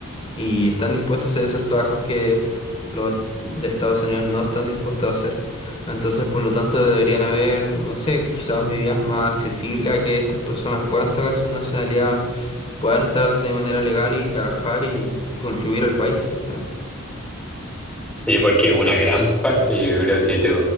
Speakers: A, on the left; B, in the centre.
A: y están dispuestos a hacer esos trabajos que los de Estados Unidos no están dispuestos a hacer. Entonces, por lo tanto, deberían haber, no sé, quizás medidas más accesibles a que estas personas puedan sacar su nacionalidad, puedan estar de manera legal y trabajar y, y contribuir al país al final.
B: Sí, porque una gran parte, yo creo que te-